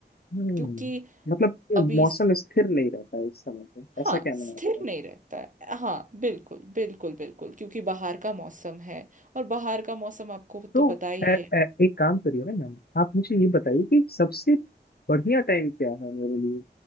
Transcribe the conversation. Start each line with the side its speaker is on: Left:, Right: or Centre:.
Left: हम्म
Right: क्योंकि
Left: मतलब ये
Right: अभी
Left: मौसम
Right: स-
Left: स्थिर नहीं रहता है इस समय पे
Right: हाँ
Left: ऐसा कहना
Right: स्थिर
Left: है आपका
Right: नहीं रहता है हाँ बिल्कुल बिल्कुल बिल्कुल क्योंकि बाहर का मौसम है और बाहर का मौसम आपको
Left: तो
Right: तो पता ही
Left: ए,
Right: है
Left: ए, एक काम करिए ना मैम आप मुझे ये बताइए
Right: हम्म
Left: कि सबसे बढ़िया टाइम क्या है मेरे लिए